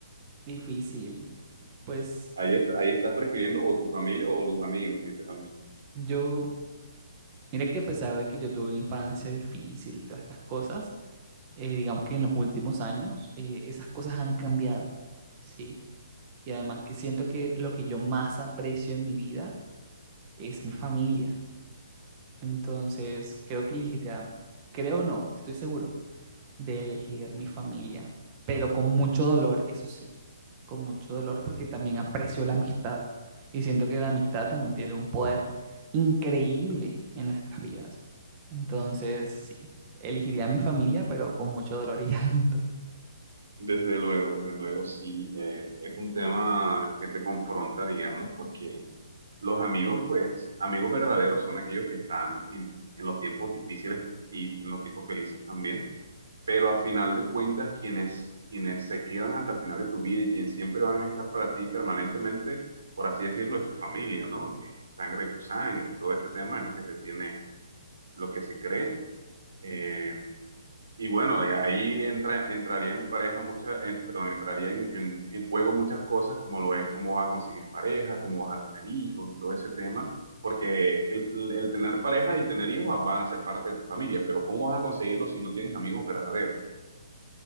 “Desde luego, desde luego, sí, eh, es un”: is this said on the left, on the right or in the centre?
Right